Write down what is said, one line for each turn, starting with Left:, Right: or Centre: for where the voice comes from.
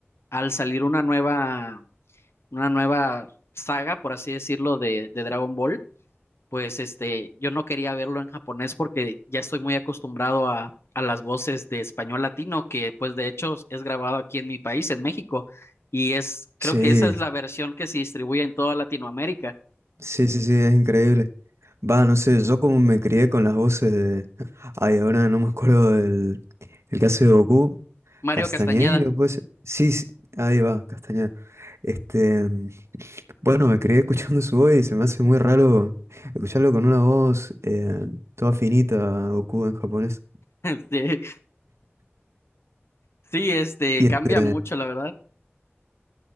Left: al salir una nueva, una nueva saga, por así decirlo, de, de Dragon Ball, pues este, yo no quería verlo en japonés porque ya estoy muy acostumbrado a, a las voces de español latino, que pues de hecho es grabado aquí en mi país, en México, y es, creo
Right: Sí,
Left: que esa es la versión que se distribuye en toda Latinoamérica.
Right: sí, sí, sí, es increíble. Va, no sé, yo como me crié con las voces de... Ay, ahora no me acuerdo del... El caso de Goku.
Left: Mario
Right: Castañeiro,
Left: Castañeda.
Right: pues... Sí, sí, ahí va, Castañeda. Este... mm, Bueno, me crié escuchando su voz y se me hace muy raro escucharlo con una voz eh, toda finita, Goku en japonés.
Left: <laughs> Sí, sí, este,
Right: Y
Left: cambia
Right: este,
Left: mucho, la verdad.